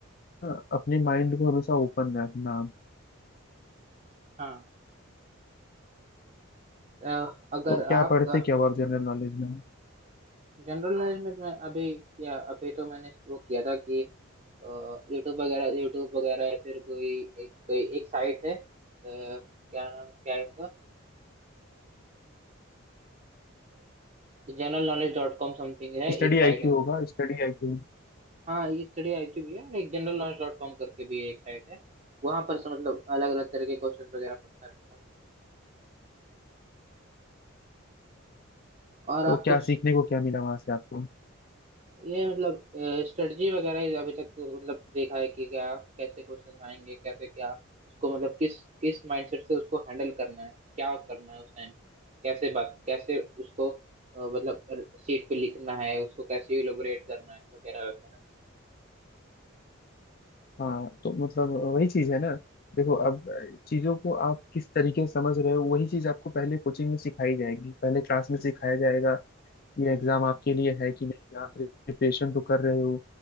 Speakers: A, on the left (about 45°); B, on the right (about 35°).
A: ना, अपने माइंड को हमेशा ओपन रखना आप
B: हाँ अ, अगर
A: तो क्या
B: आपका
A: पढ़ते क्या और जनरल नॉलेज में
B: जनरल नॉलेज में मैं अभी क्या अभी तो मैंने वो किया था कि यूट्यूब वगैरह यूट्यूब वगैरह या फिर कोई एक कोई एक साइट है अ, क्या नाम क्या है इसका जनरल नॉलेज डॉट कॉम समथिंग है
A: स्टडी
B: एक साइट
A: आईक्यू
B: है
A: होगा स्टडी आईक्यू
B: हाँ ये स्टडी आईक्यू भी है और एक जनरल नॉलेज डॉट कॉम करके भी एक साइट है वहां पर से मतलब अलग अलग तरह के क्वेश्चन वगैरह पढ़ता रहता हूँ और आप
A: तो क्या
B: कुछ
A: सीखने को क्या मिला वहां से आपको
B: ये मतलब स्ट्रेटजी वगैरह ही अभी तक तो मतलब देखा है कि क्या कैसे क्वेश्चन आएंगे कैसे क्या उसको मतलब किस किस माइंडसेट से उसको हैंडल करना है क्या करना है उस टाइम कैसे बात कैसे उसको अ, मतलब सीट पे लिखना है उसको कैसे इलोबरेट करना है वगैरह वगैरह
A: हाँ तो मतलब वही चीज है ना देखो अब अ, चीजों को आप किस तरीके से समझ रहे हो वही चीज आपको पहले कोचिंग में सिखाई जाएगी पहले क्लास में
B: हम्म
A: सिखाया जाएगा ये
B: हम्म
A: एग्जाम आपके लिए है कि नहीं आप प्रिपरेशन तो कर रहे हो